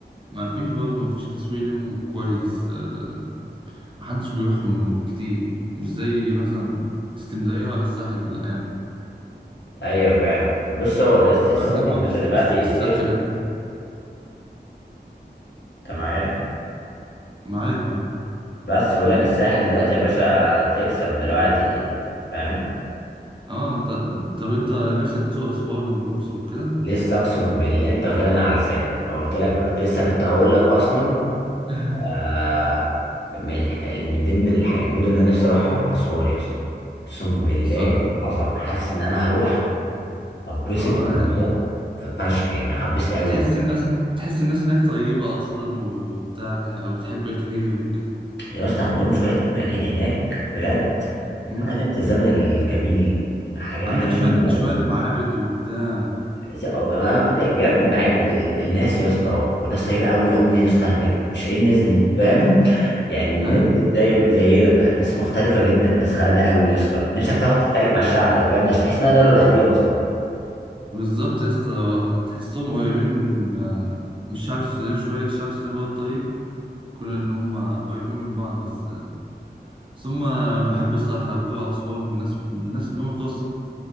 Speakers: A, on the right; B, on the left.
A: ما فيش برضه ما فيش تسويق ليهم كويس آه، ما حدش بيروحهم كتير مش زي مثلا اسكندرية ولا الساحل الأيام دي.
B: ايوه فاهم بص هو ده الساحل
A: عندك برضه
B: يا باشا
A: الس-
B: دلوقتي
A: الس- الساحل
B: تكسب انت معايا
A: معاك معاك
B: بس بقول لك الساحل دلوقتي يا باشا تكسب دلوقتي فاهم
A: اه انت طب انت نفسك تزور أسوان والأقصر وكده
B: لسه اقسم بالله انت واخدها على لساني انا قلت لك كنت لسه كنت هقول لك اصلا
A: <laughs>
B: آه من الح- من ضمن الح- المدن اللي انا نفسي اروحها اسوان يا اسطى اقسم بالله
A: صح
B: عظم حاسس ان انا هروح هبسط
A: اه
B: انبساط في فشخ يعني هبسط قوي
A: تحس الناس تحس الناس هناك طيبة أصلا وبتاع تح- وتحب الخير وكده
B: يا اسطى عندهم شويه اماكن هناك بجد
A: مم.
B: عارف انت الزمن الجميل حاجه
A: عندك
B: حاجه
A: شوية
B: جامده قوي
A: شوية معابد وبتاع
B: بس هو أنا جايلك من المعابد ال- الناس يا اسطى وناس طيبه قوي قوي يا اسطى هناك مش ايه الناس
A: مم.
B: دي فاهم <laughs> يعني الناس
A: أيوة
B: دي زي زينا بقى ناس مختلفه جدا ناس غلابه قوي يا اسطى نفسك تقعد تتكلم مع الشعب ده فاهم ده مش تحس انها دوله لوحديها اصلا
A: بالظبط يا اسطى تحسهم قريبين آه، من الشعب السوداني شوية الشعب السوداني برضه طيب كون إن هم قريبين من بعض بس آه، بس هم بحب الصراحة بتوع أسوان الناس الناس اللي هم بتوع